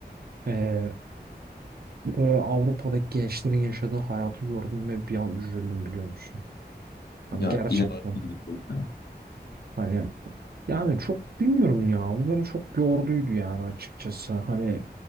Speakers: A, on the right (about 65°); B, on the left (about 65°).
A: Ee, böyle Avrupa'daki gençlerin yaşadığı hayatı gördüm ve bir an üzüldüm biliyor musun? Hani
B: Ya
A: gerçekten
B: inanılmaz. ya.
A: hani yani çok bilmiyorum ya. Bu beni çok yorduydu yani açıkçası. Hani